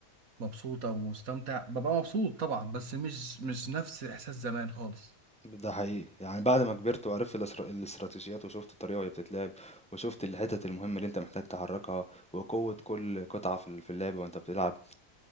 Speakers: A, on the right; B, in the centre.
A: مبسوط او مستمتع ببقى مبسوط طبعا بس مش مش نفس احساس زمان خالص
B: ده حقيقي، يعني بعد ما كبرت وعرفت الاستر الاستراتيجيات وشُفت الطريقة وهي بتتلعب، وشُفت الحتت المهمة اللي أنت محتاج تحرّكها، وقوة كل قطعة في ال في اللعبة وأنت بتلعب.